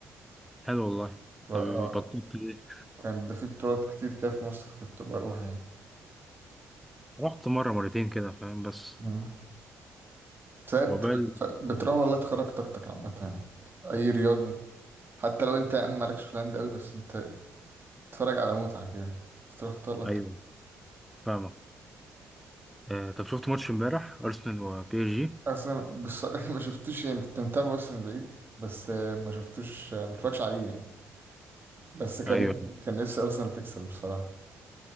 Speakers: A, in the centre; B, on the right.
A: حلو والله
B: و-
A: طب
B: اه
A: بطلت ليه
B: كان بيبقى في بطولات كتير كده في مصر كنت بروح يعني
A: رحت مره مرتين كده فاهم بس
B: مم. بتلاقي بت-
A: عقبال
B: بت- بتروح والله تخرج طاقتك عامه يعني اي رياضه حتى لو انت يا عم مالكش في الهاند قوي بس انت تتفرج على متعه كده تروح تطلع
A: ايوه فاهمك آه، طب شفت ماتش امبارح ارسنال وبي اس جي
B: اصلا بص... <laughs> ما شفتوش يعني كنت متابعه بس من بعيد بس آه، ما شفتوش آه، ما اتفرجش عليه يعني بس كان
A: ايوه
B: كان نفسي ارسنال تكسب بصراحه